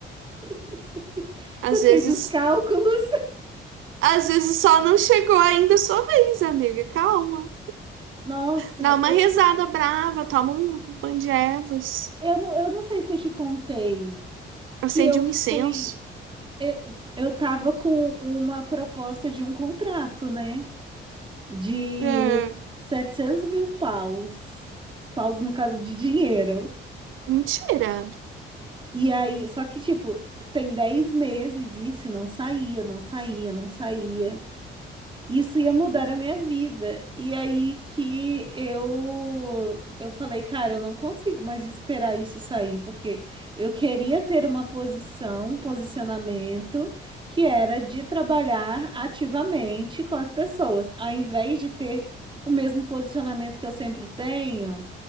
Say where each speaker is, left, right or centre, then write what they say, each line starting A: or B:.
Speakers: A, on the right; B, on the right.
A: <laughs>
B: às
A: Você fez
B: vezes,
A: os cálculos.
B: às vezes só não chegou ainda a sua vez, amiga. Calma.
A: Nossa.
B: Dá uma rezada brava, toma um banho de ervas,
A: Eu não, eu não sei se eu te contei
B: acende
A: que eu
B: um
A: fui.
B: incenso.
A: Eu, eu tava com uma proposta de um contrato, né? De
B: É,
A: 700 mil paus. Paus no caso de dinheiro.
B: mentira.
A: E aí, só que, tipo, tem 10 meses isso e não saía, não saía, não saía. Isso ia mudar a minha vida. E aí que eu eu falei, cara, eu não consigo mais esperar isso sair, porque eu queria ter uma posição, um posicionamento que era de trabalhar ativamente com as pessoas, ao invés de ter o mesmo posicionamento que eu sempre tenho,